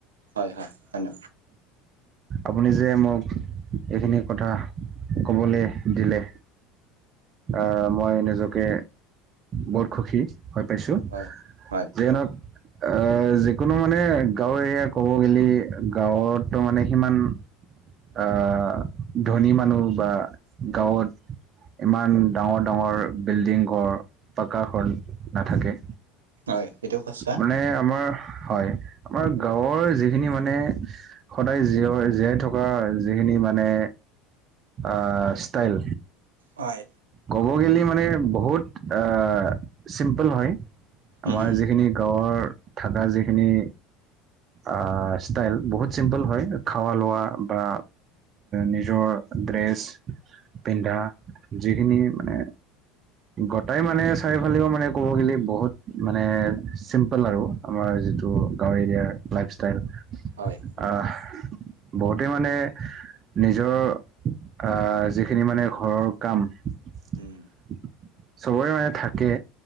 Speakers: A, on the right (about 80°); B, on the right (about 35°).
A: হয় হয় ধন্য
B: আপুনি যে মোক এইখিনি কথা ক'বলৈ দিলে। আহ, মই নিজকে বহুত সুখী হৈ পাইছোঁ,
A: হয় হয়
B: যিয়েই নহওঁক এ, যিকোনো মানে গাঁৱৰ এৰিয়া ক'ব গ'লে, গাঁৱতো মানে সিমান আহ, ধনী মানুহ বা গাঁৱত ইমান ডাঙৰ ডাঙৰ বিল্ডিং ঘৰ, পকা ঘৰ নাথাকে।
A: হয় এইটো সঁচা
B: মানে আমাৰ হয়, আমাৰ গাঁৱৰ যি যিখিনি মানে সদায় জীয় জীয়াই থকা যিখিনি মানে আহ' ষ্টাইল।
A: হয়।
B: ক'ব গ'লে মানে বহুত আহ' চিম্পুল হয়। আমাৰ
A: উম
B: যিখিনি গাঁৱৰ থকা যিখিনি আহ' ষ্টাইল বহুত চিম্পুল হয় খোৱা লোৱাৰ
A: হয়
B: বা নিজৰ ড্ৰেছ পিন্ধা- যিখিনি মানে গোটাই মানে চাৰিওফালেও মানে ক'ব গলি বহুত মানে চিম্পল আৰু। আমাৰ যিটো গাঁও এৰিয়াৰ লাইফষ্টাইল
A: হয়।
B: আহ' বহুতেই মানে নিজৰ আহ' যিখিনি মানে ঘৰৰ কাম চবৰে
A: উম
B: মানে থাকে,